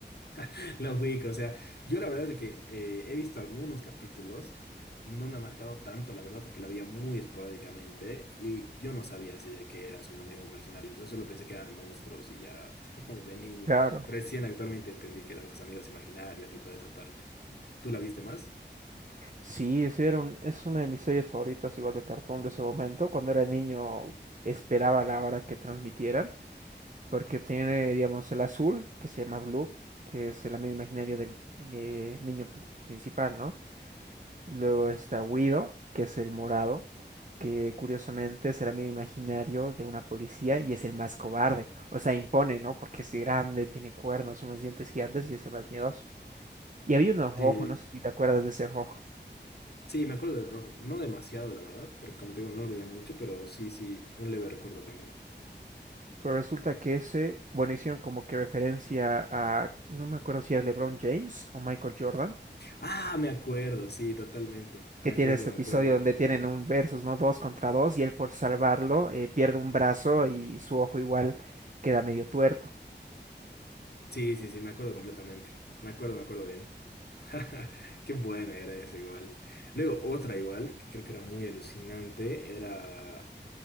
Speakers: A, on the left; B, on the right.
A: <laughs> La ubico, o sea, yo la verdad es de que eh, he visto algunos capítulos, no me ha marcado tanto, la verdad, porque la veía muy esporádicamente y yo no sabía así de que eran sus amigos imaginarios, yo solo pensé que eran monstruos y ya <laughs> de niño,
B: Claro.
A: recién actualmente entendí que eran sus amigos imaginarios y toda esa parte. ¿Tú la viste más?
B: Sí, ese era un- es una de mis series favoritas, igual de cartoon de ese momento. Cuando era niño esperaba la hora que transmitieran, porque tiene, digamos, el azul, que se llama Blue, que es el amigo imaginario del eh, niño principal, ¿no? Luego está Guido, que es el morado, que curiosamente es el amigo imaginario de una policía y es el más cobarde. O sea, impone, ¿no? Porque es grande, tiene cuernos, unos dientes gigantes y es el más miedoso. Y había uno rojo,
A: Sí,
B: no sé si te acuerdas de ese rojo.
A: sí, me acuerdo del rojo, no demasiado, la verdad, porque como te digo, no lo veía mucho, pero sí, sí, un leve recuerdo tengo.
B: Pero resulta que ese, bueno, hicieron como que referencia a, no me acuerdo si era LeBron James o Michael Jordan,
A: Ah, me acuerdo, sí, totalmente, me
B: que tiene
A: acuerdo,
B: ese
A: me
B: episodio
A: acuerdo.
B: donde tienen un versus, ¿no? Dos contra dos y él por salvarlo eh, pierde un brazo y su ojo igual queda medio tuerto.
A: Sí, sí, sí, me acuerdo completamente. Me acuerdo, me acuerdo bien. <laughs> Qué buena era esa igual. Luego otra igual, que creo que era muy alucinante, era,